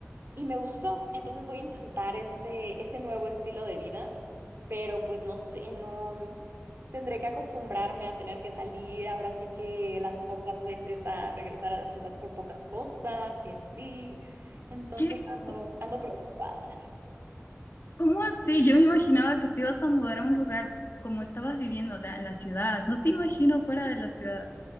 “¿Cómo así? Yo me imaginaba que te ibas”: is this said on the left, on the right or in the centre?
Left